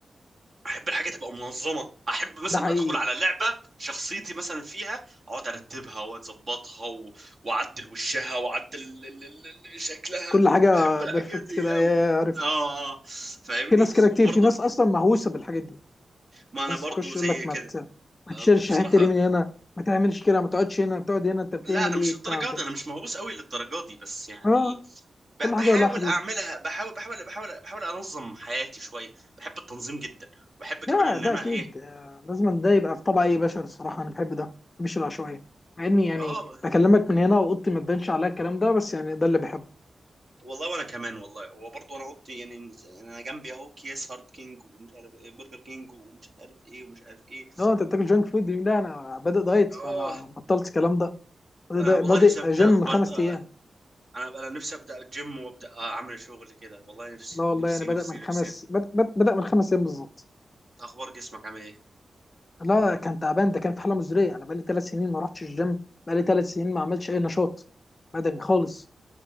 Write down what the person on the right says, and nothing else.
احب الحاجه تبقى منظمه احب مثلا
ادخل على لعبه شخصيتي مثلا فيها اقعد ارتبها واظبطها و... واعدل وشها واعدل ال- ال- ال- ال- شكلها
بحب الحاجات
دي
قوي
اه آه. آه. فاهمني
وبرضه
ما انا
برضه
زي
كده
آه،
ب- بصراحه
لا انا
مش
للدرجه
دي انا مش مهووس قوي للدرجه دي بس يعني
ب-
بحاول
اعملها بحاول بحاول بحاول بحاول انظم حياتي شويه بحب التنظيم جدا وبحب كمان
ان
انا
ايه
اه
والله وانا كمان والله هو برضه انا اوضتي يعني مز- انا جنبي اهو اكياس هارت كينج ومش عارف ايه برجر كينج ومش عارف ايه ومش عارف ايه
اه
انا
والله
نفسي ابدا
بط...
آه.
انا انا نفسي ابدا الجيم وابدا آه، اعمل شغل كده والله نفسي
نفسي
نفسي
نفسي
اخبار جسمك عامل ايه